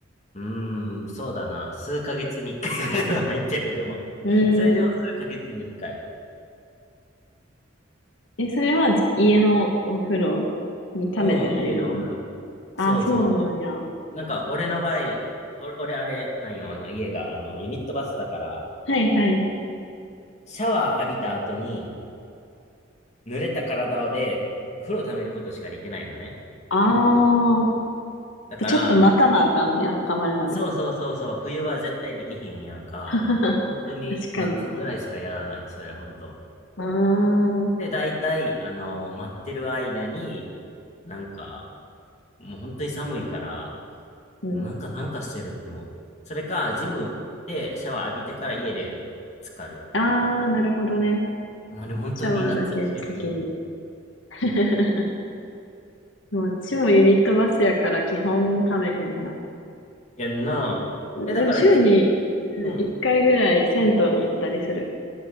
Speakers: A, on the left; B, on the left.
A: うーん、そうだな。数ヶ月に一回ぐらいは入ってる、でも。
B: うーん。
A: <laughs> それでも数ヶ月に一回。
B: え、それは家のお風呂に溜めて入るの
A: うん、家のお風呂。
B: あ、
A: そうそうそ
B: そうなんや。は
A: う。なんか、俺の場合、お俺、あれ、なんよ、あの、家が、あの、ユニットバスだから、
B: いはい。
A: シャワー浴びた後に、濡れた体で、お風呂溜めることしかできないのね。
B: ああー。
A: だから、
B: じゃ、ちょっと待たなあかんねや、溜まるまで。
A: そうそうそうそう、冬は絶対できへんやんか。
B: <laughs> 確
A: 本当に夏ぐらいしかやらない、
B: かに。
A: それ、本当。
B: ああ。うん。
A: で、大体、あの、待ってる間に、なんか、もう本当に寒いから、
B: うん。
A: なんか、なんかしてる。でも、それか、ジムでシャワー浴びてから家で浸かる。
B: ああ、なるほどね。
A: まあでも本当に夏しかできへん。
B: シャワーだけ先に。
A: い
B: <laughs> まあ私もユニットバスやから基本ためへんな。
A: やんなぁえ、
B: でも週にうん1回ぐらい銭湯に行ったりする。
A: だからじ、うん。